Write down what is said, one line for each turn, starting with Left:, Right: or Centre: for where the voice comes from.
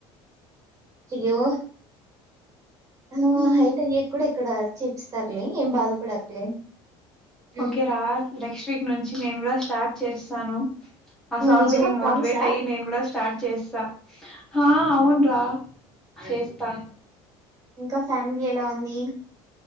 Right: అయ్యో నువ్వు
Centre: ఉమ్.
Right: హైట్ అయ్యాక కూడా ఇక్కడ చేూపిస్తారులే ఏం బాధపడకులే హ్మ్.
Centre: ఓకే రా నెక్స్ట్ వీక్ నుంచి నేనుకూడా స్టార్ట్ చేస్తాను ఆ సాంగ్
Right: నిజంగా
Centre: విని
Right: ప్రామిసా?
Centre: మోటివేట్ అయి నేను కూడా స్టార్ట్ చేస్తా హా అవును్రా
Right: ఆ!
Centre: చేస్తా
Right: ఇంకా ఫ్యామిలీ ఎలా ఉంది